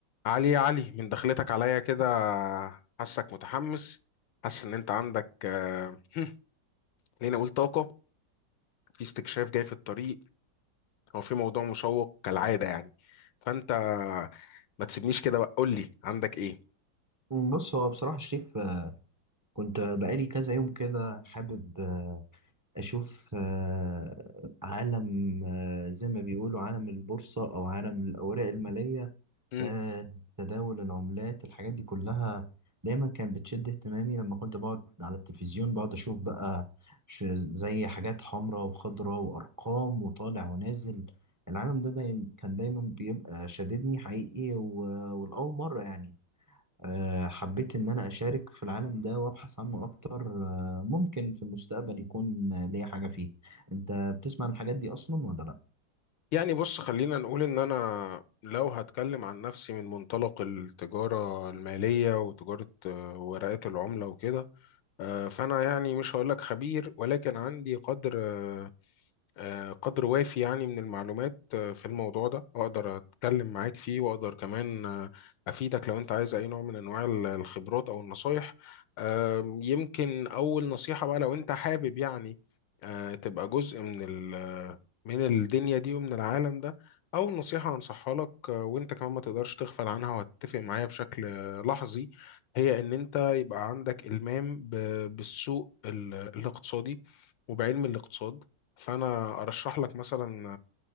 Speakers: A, on the left; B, on the right.
A: علي يا علي من دخلتك عليا كده حاسك متحمس حاسس ان انت عندك آه، <clears throat> <laughs> خليني اقول طاقة في استكشاف جاي في الطريق او في موضوع مشوق كالعادة يعني فانت ما تسيبنيش كده بقى قول لي عندك ايه
B: بص هو بصراحة شريف آه، كنت بقالي كذا يوم كده حابب آه، أشوف آه، عالم آه، زي ما بيقولوا عالم البورصة أو عالم الأوراق المالية
A: مم.
B: آه، تداول العملات الحاجات دي كلها دايما كانت بتشد اهتمامي لما كنت بقعد على التلفزيون بقعد أشوف بقى ش- زي حاجات حمراء وخضراء وأرقام وطالع ونازل العالم ده دايما كان دايما بيبقى شاددني حقيقي و- والأول مرة يعني آه، حبيت إن أنا أشارك في العالم ده وأبحث عنه أكتر آه، ممكن في المستقبل يكون آه، ليا حاجة فيه أنت بتسمع عن الحاجات دي أصلا ولا لأ؟
A: يعني بص خلينا نقول ان انا لو هتكلم عن نفسي من منطلق التجارة المالية وتجارة آه، ورقات العملة وكده آه، فانا يعني مش هقول لك خبير ولكن عندي قدر آه، آه، قدر وافي يعني من المعلومات آه، في الموضوع ده اقدر اتكلم معاك فيه واقدر كمان آه، افيدك لو انت عايز اي نوع من انواع ال- الخبرات او النصايح آم، يمكن اول نصيحة بقى لو انت حابب يعني آه، تبقى جزء من ال- من الدنيا دي ومن العالم ده اول نصيحة هنصحها لك آه، وانت كمان ما تقدرش تغفل عنها وهتتفق معايا بشكل آه، لحظي هي ان انت يبقى عندك المام ب- بالسوق ال- الاقتصادي وبعلم الاقتصاد فانا ارشح لك مثلا